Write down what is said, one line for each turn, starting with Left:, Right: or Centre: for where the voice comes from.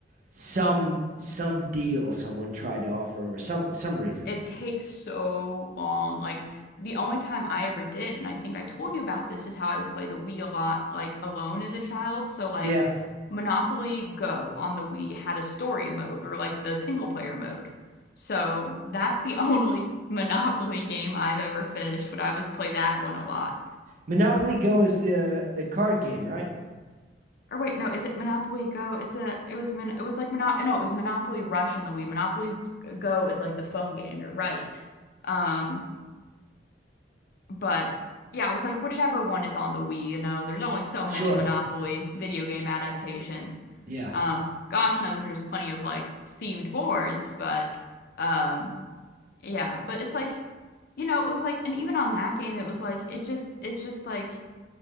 Right: some some deal someone tried to offer him or some some reason.
Left: It takes so long. Like the only time I ever did, and I think I told you about this, is how I would play the Wii a lot, like alone as a child. So like
Right: Yeah.
Left: Monopoly Go on the Wii had a story mode or like the single player mode. So that's the <laughs> only Monopoly game I've ever finished when I was play that one a lot.
Right: Monopoly Go is the the card game, right?
Left: Or wait, no, is it Monopoly Go? Is it it was Mon it was like Monopoly no, it was Monopoly Rush on the Wii. Monopoly Go is like the phone game. You're right. Um But yeah, I was like whichever one is on the Wii, you know, there's only so many
Right: Sure.
Left: Monopoly video game adaptations.
Right: Yeah.
Left: Um, gosh knows there's plenty of like themed boards, but um yeah, but it's like, you know, it was like and even on that game it was like it just it's just like